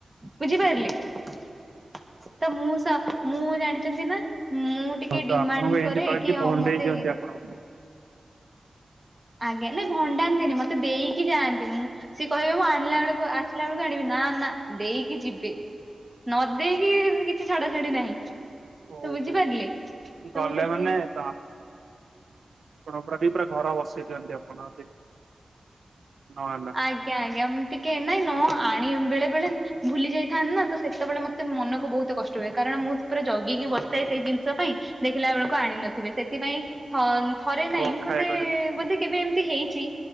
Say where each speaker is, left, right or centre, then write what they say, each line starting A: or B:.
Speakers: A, on the right; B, on the right.
A: ବୁଝିପାରିଲେ ତ ମୁଁ ସ ମୁଁ ଜାଣିଛନ୍ତି ନା ମୁଁ ଟିକେ
B: ହଁ ତ
A: ଡିମାଣ୍ଡ
B: ଆପଣଙ୍କୁ ଏମିତି
A: କରେ
B: କହିକି
A: କି ହଉ
B: ଭଣ୍ଡେଇ
A: ମତେ
B: ଦିଅନ୍ତି ଆପଣଙ୍କୁ
A: ଆଜ୍ଞା ନାଇଁ ଭଣ୍ଡାନ୍ତିନି ମତେ ଦେଇକି ଯାଆନ୍ତି ମୁଁ ସିଏ କହିବେ ମୁଁ ଆଣିଲା ବେଳକୁ ଆସିଲା ବେଳକୁ ଆଣିବି ନା ନା ଦେଇକି ଯିବେ। ନ ଦେଇକି କିଛି ଛଡା ଛାଡି ନାହିଁ ତ
B: ଓହୋ
A: ବୁଝିପାରିଲେ ତ
B: ଗଲେ
A: ସେଇଠି
B: ମାନେ ତ ଆପଣ ପୁରାଟିକେ ପୁରା ଘର ବସେଇ ଦିଅନ୍ତି ଆପଣ ହଁ।
A: ଆଜ୍ଞା ଆଜ୍ଞା ମୁ ଟିକେ ନାଇଁ ନ ଆଣି ବେଳେ ବେଳେ ଭୁଲି ଯାଇଥାନ୍ତି ନା ତ ସେତେବେଳେ ମତେ ତ ମନକୁ ବହୁତ କଷ୍ଟ ହୁଏ କାରଣ ମୁଁ ପୁରା ଜଗିକି ବସିଥାଏ ସେଇ ଜିନିଷ ପାଇଁ। ଦେଖିଲା ବେଳକୁ ଆଣି ନଥିବେ ସେଥିପାଇଁ ଥନ୍ ଥରେ ନାହିଁ
B: ଓ ଖାଇବାକୁ
A: ବୋଧେ ବୋଧେ କେବେ ଏମିତି ହେଇଛି।